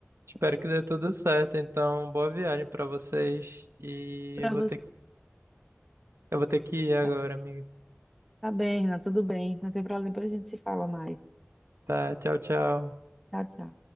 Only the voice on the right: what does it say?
Espero que dê tudo certo. Então, boa viagem pra vocês. E
eu vou
ter, eu vou ter que ir agora,
amigo.
Tá, tchau, tchau.